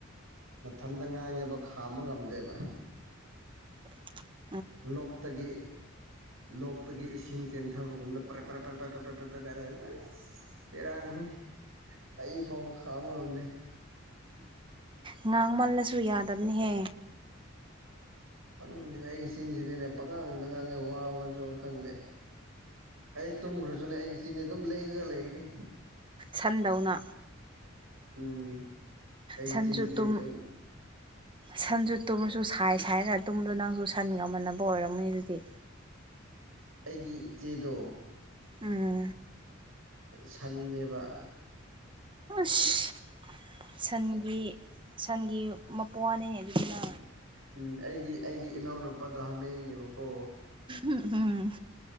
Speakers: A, on the right; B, on the right.
A: ꯃꯊꯟꯇ ꯉꯥꯡꯉꯦꯕ ꯈꯥꯝꯕ ꯉꯝꯗꯦꯕ
B: <inaudible>
A: ꯂꯣꯛꯇꯒꯤ ꯂꯣꯛꯇꯒꯤ ꯏꯁꯤꯡ ꯆꯦꯟꯊꯕꯒꯨꯝꯅ ꯄꯔ ꯄ꯭ꯔ ꯄ꯭ꯔ ꯄ꯭ꯔ ꯄ꯭ꯔ ꯄ꯭ꯔ ꯄ꯭ꯔ ꯇꯥꯔꯦ ꯑꯁ ꯕꯦꯔꯅꯦꯍꯦ ꯑꯩ ꯐꯥꯎꯕ ꯈꯥꯝꯕ ꯉꯝꯗꯦ
B: ꯉꯥꯡꯃꯜꯂꯁꯨ ꯌꯥꯗꯕꯅꯤꯍꯦ
A: ꯈꯣꯗꯦꯗ ꯑꯩꯒꯤ ꯆꯤꯟꯁꯤꯗꯤꯅꯦ ꯄꯪꯉꯥꯡꯗ ꯉꯥꯡꯉꯦ ꯋꯥꯕꯁꯨꯕ ꯈꯪꯗꯦ ꯑꯩ ꯇꯨꯝꯈ꯭ꯔꯁꯨꯅꯦ ꯑꯩꯒꯤ ꯆꯤꯟꯗꯤ ꯑꯗꯨꯝ ꯂꯦꯡꯉꯒ ꯂꯩꯒꯅꯤ
B: ꯁꯟꯗꯧꯅ
A: ꯎꯝ ꯑꯩꯒꯤ
B: ꯁꯟꯁꯨ
A: ꯆꯤꯟꯁꯤꯗꯤ
B: ꯇꯨꯝ
A: ꯁꯨꯝ
B: ꯁꯟꯁꯨ ꯇꯨꯝꯃꯁꯨ ꯁꯥꯏ ꯁꯥꯏꯔꯒ ꯇꯨꯝꯕꯗꯣ ꯅꯪꯁꯨ ꯁꯟꯒ ꯃꯟꯅꯕ ꯑꯣꯏꯔꯝꯅꯤ ꯑꯗꯨꯗꯤ
A: ꯑꯩꯒꯤ ꯏꯆꯦꯗꯣ
B: ꯎꯝ
A: ꯁꯥꯟꯅꯦꯕ
B: ꯑꯁ ꯁꯟꯒꯤ ꯁꯟꯒꯤ ꯃꯄ꯭ꯋꯥꯅꯤ ꯑꯗꯨꯗꯨꯅ
A: ꯎꯝ ꯑꯩꯒꯤ ꯑꯩꯒꯤ ꯏꯅꯥꯎꯅꯨꯄꯥꯗꯣ ꯍꯥꯃꯦꯡꯅꯦꯕꯀꯣ
B: ꯎꯝ ꯎꯝ